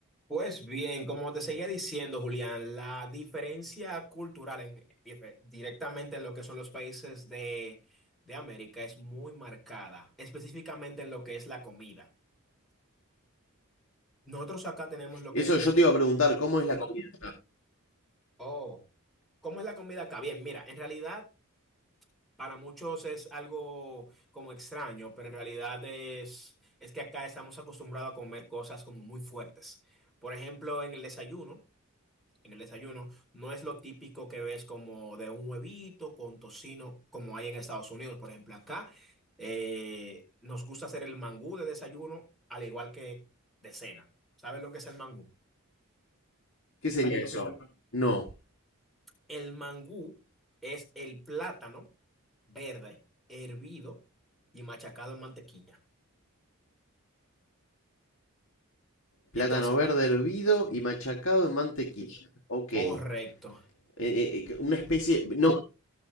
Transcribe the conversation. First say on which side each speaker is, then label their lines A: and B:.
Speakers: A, in the centre; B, on the left.
A: Pues bien, como te seguía diciendo, Julián, la diferencia cultural en- dire- directamente en lo que son los países de, de América es muy marcada, específicamente en lo que es la comida. Nosotros acá tenemos lo
B: Eso
A: que es,
B: yo te iba a preguntar, ¿cómo es la comida?
A: oh, ¿cómo es la comida acá? Bien, mira, en realidad para muchos es algo como extraño, pero en realidad es, es que acá estamos acostumbrados a comer cosas como muy fuertes. Por ejemplo, en el desayuno. en el desayuno. No es lo típico que ves como de un huevito con tocino, como hay en Estados Unidos. Por ejemplo, acá eh, nos gusta hacer el mangú de desayuno, al igual que de cena. ¿Sabes lo que es el mangú?
B: ¿Qué sería eso? No,
A: El mangú es el plátano verde, hervido y machacado en mantequilla.
B: plátano
A: Entonces,
B: verde hervido y machacado en mantequilla. Ok.
A: correcto.
B: Eh, eh, una especie, no